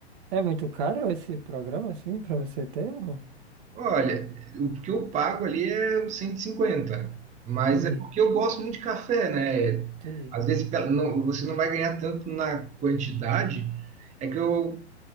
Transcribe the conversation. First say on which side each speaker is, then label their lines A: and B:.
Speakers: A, on the right; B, on the right.
A: É muito caro esse programa, assim, pra você ter? ou-
B: Olha, o que eu pago ali é uns 150, mas
A: Entendi,
B: é porque eu gosto muito de café, né?
A: entendi.
B: Às vezes pe- não- você não vai ganhar tanto na quantidade, é que eu